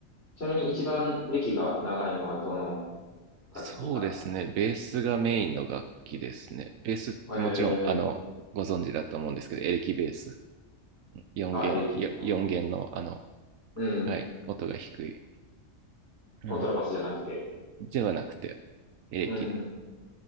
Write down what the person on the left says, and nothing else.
ちなみに一番歴が長いのはどの楽器が
ええ
あ、エレキの方。
うん。
コントラバスじゃなくて。
うん、